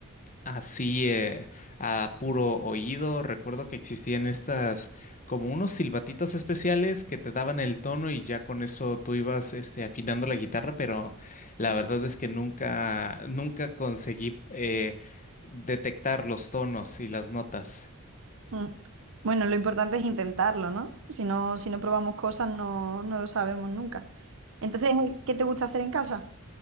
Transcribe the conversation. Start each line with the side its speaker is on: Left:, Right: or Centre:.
Left: Así, eh, a puro oído, recuerdo que existían estas como unos silbatitos especiales que te daban el tono y ya con eso tú ibas este, afinando la guitarra, pero la verdad es que nunca, nunca conseguí eh, detectar los tonos y las notas.
Right: Mm. Bueno, lo importante es intentarlo, ¿no? Si no, si no probamos cosas, no, no lo sabemos nunca. Entonces, eh, ¿qué te gusta hacer en casa?